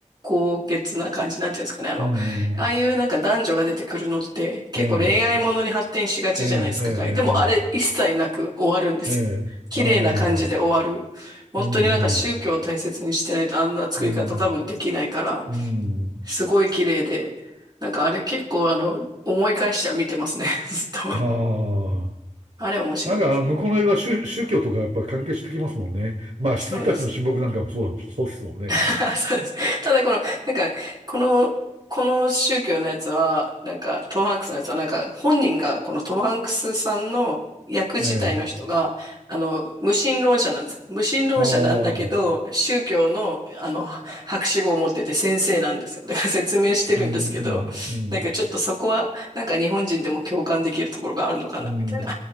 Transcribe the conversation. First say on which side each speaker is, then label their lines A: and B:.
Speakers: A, on the right; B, on the right.
A: 高潔な感じ、なんていうんですかね。あの、
B: うん。
A: ああいうなんか男女が出てくるのって結構恋愛ものに発展しがちじゃないですか。
B: うんええ、ええ、え
A: 彼でもあれ一切なく終わるんですよ。
B: え、ええ、ええ、
A: 綺麗な感じで終わる。
B: ああ、
A: 本当になんか宗教を大切にしてないとあんな作り方多分できないから、
B: うん、うん、うん、うん。
A: すごい綺麗で、なんかあれ結構あの、思い返しては見てますね。<laughs> ずっと。
B: ああ。
A: あれ面白いです。
B: なんか、あの、向こうの映画は宗、宗教とかやっぱ関係してきますもんね。まあ、羊たちの親睦なんかもそうだもん、
A: そうですね。
B: そうですもんね。
A: <laughs> そうです。ただこの、なんか、この、この宗教のやつは、なんか、トム・ハンクスのやつは、なんか、本人が、このトム・ハンクスさんの役自体の人が、
B: ええ、
A: あの、無神論者なんですよ。無神論者なんだけど、
B: ああ、うん、
A: 宗教の、あの、博士号を持ってて先生なんですよ。だから説明してるんですけど、
B: うん、うん、
A: なんかちょっとそこは、なんか日本人でも共感できるところがあるのかな、
B: うん、
A: みたいな、